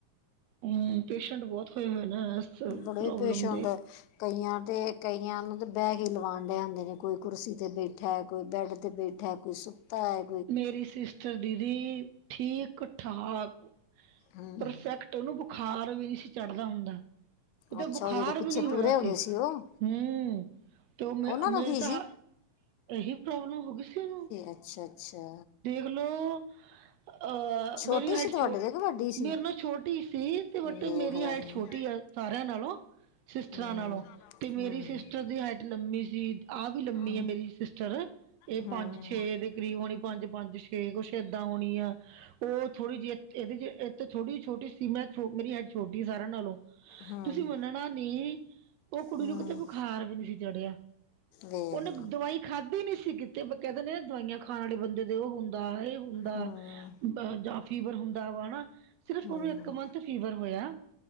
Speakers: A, on the right (about 75°); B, on the left (about 80°).
A: ਹੁੰ, ਪੇਸ਼ੈਂਟ ਬੋਤ ਹੋਯੇ ਹੋਏ ਨੇ, ਐਸ
B: ਬੜੇ
A: ਪ੍ਰੋਬਲਮ
B: ਪੇਸ਼ੈਂਟ
A: ਦੇ।
B: ਕਈਆਂ ਤੇ ਕਈਆਂ ਨੂੰ ਤੇ ਬੈ ਕੇ ਹੀ ਲਵਾਉਣ ਦੇ ਹੁੰਦੇ ਨੇ। ਕੋਈ ਕੁਰਸੀ 'ਤੇ ਬੈਠਾ ਕੋਈ ਬੈੱਡ 'ਤੇ ਬੈਠ ਬੈਠਾ ਐ, ਕੋਈ ਸੁੱਤਾ ਐ।
A: ਮੇਰੀ ਸਿਸਟਰ ਦੀਦੀ ਠੀਕ-ਠਾਕ,
B: ਹਮ
A: ਪਰਫੈਕਟ ਤੇ ਔਨੂੰ ਬੁਖਾਰ ਵੀ ਨੀ ਸੀ ਚੜ੍ਹਦਾ ਹੁੰਦਾ, ਕਿਤੇ
B: ਅੱਛਾ
A: ਬੁਖਾਰ
B: ਉਹ ਜਿਹੜੇ ਪਿੱਛੇ
A: ਵੀ ਨੀ ਹੋਇਆ
B: ਪੂਰੇ ਹੋ
A: ਸੀ।
B: ਗਏ ਉਹ
A: ਹੁੰ, ਤੇ ਔ ਮੇ
B: ਉਹਨਾਂ
A: ਮੇਰੀ
B: ਨੂੰ ਕੀ ਸੀ
A: ਤਾਂ, ਏਹੀ ਪ੍ਰੋਬਲਮ ਹੋ ਗੀ ਸੀ, ਔਨੂੰ।
B: ਅੱਛਾ-ਅੱਛਾ।
A: ਦੇਖ ਲੋ। ਅ,
B: ਛੋਟੀ
A: ਮੇਰੀ ਹਾਈਟ
B: ਸੀ ਤੁਹਾਡੇ
A: ਛੋ,
B: ਤੋਂ ਕਿ ਵੱਡੀ ਸੀ
A: ਮੇਰੇ ਨਾਲ ਛੋਟੀ ਸੀ, ਤੇ
B: ਵੇਖ
A: ਬਟ ਮੇਰੀ
B: ਲੈ
A: ਹਾਈਟ
B: ਹੂੰ
A: ਛੋਟੀ ਆ। ਸਾਰੇਆਂ ਨਾਲੋਂ, ਸਿਸਟਰਾਂ
B: ਹੂੰ
A: ਨਾਲੋਂ। ਤੇ ਮੇਰੀ
B: ਹੂੰ
A: ਸਿਸਟਰ ਦੀ ਹਾਈਟ ਲੰਮੀ ਸੀ, ਆਹ ਵੀ ਲੰਮੀ
B: ਹੂੰ
A: ਆ, ਮੇਰੀ ਸਿਸਟਰ। ਏ
B: ਹੂੰ
A: ਪੰਜ-ਛੇ ਦੇ ਕਰੀਬ ਹੋਣੀ। ਪੰਜ-ਪੰਜ, ਛੇ ਕੁੱਛ ਏਦਾਂ ਹੋਣੀ ਆ। ਔ ਥੋੜ੍ਹੀ ਜਿਹੀ। ਏਦੀ ਜੇ, ਏ ਤਾਂ ਛੋਟੀ-ਛੋਟੀ ਸੀ ਮੈਂ, ਮੇਰੀ ਹਾਈਟ ਛੋਟੀ ਐ ਸਾਰਿਆਂ ਨਾਲੋਂ।
B: ਹੂੰ
A: ਤੁਸੀਂ ਮੰਨਣਾ ਨੀ, ਔ ਕੁੜੀ
B: ਹੂੰ
A: ਨੂੰ ਕਿਤੇ ਬੁਖਾਰ ਵੀ ਨੀ ਸੀ ਚੜਿਆ।
B: ਵੇਖ
A: ਔਨੇ
B: ਲਾ
A: ਦਵਾਈ ਖਾਧੀ ਨੀ ਸੀ ਕੀਤੇ, ਬੀ ਕੈਂਹਦੇ ਨੇ ਦਵਾਈਆਂ ਖਾਣ ਵਾਲੇ ਬੰਦੇ ਜਦੇ ਔ ਹੁੰਦਾ, ਏ ਹੁੰਦਾ
B: ਹੂੰ
A: ਜਾਂ ਫੀਵਰ ਹੁੰਦਾ ਵਾ ਹੈਨਾ। ਸਿਰਫ
B: ਹੂੰ
A: ਔਨੂੰ ਇੱਕ ਮੰਥ ਫੀਵਰ ਹੋਇਆ।